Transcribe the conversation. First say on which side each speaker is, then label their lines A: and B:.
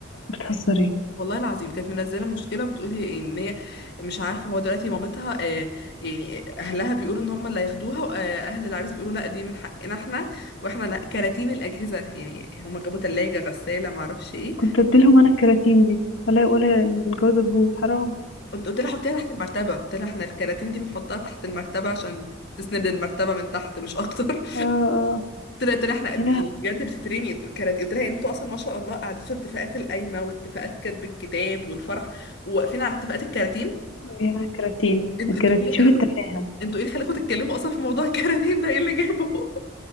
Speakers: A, on the left (about 70°); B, on the left (about 55°).
A: بتهزري
B: والله العظيم كانت منزله المشكله وبتقولي ان هي مش عارفه هو دلوقتي مامتها آه، يعني اهلها بيقولوا ان هم اللي هياخدوها واهل العريس بيقولوا لا دي من حقنا احنا واحنا لا كراتين الاجهزه يعني هم جابوا ثلاجه غساله ما اعرفش ايه
A: كنت اديلهم انا الكراتين دي ولا ولا الجوازه تبوظ حرام
B: قلت قلت لها حطيها تحت المرتبه قلت لها احنا الكراتين دي بنحطها تحت المرتبه عشان تسند المرتبه من تحت مش اكتر <laughs>
A: اه اه آه.
B: قلت لها قلت لها احنا ب-
A: يا لهوي
B: يعني بجد بتترمي كراتين قلت لها يعني انتوا اصلا ما شاء الله قعدتوا اتفاقات القايمه واتفاقات كتب الكتاب والفرح وواقفين على اتفاقات الكراتين
A: يا الكراتين
B: انت
A: الكراتين
B: تقول لي
A: شوفي التفاهه
B: انتوا ايه اللي خلاكم تتكلموا اصلا في موضوع الكراتين ده ايه اللي جايبه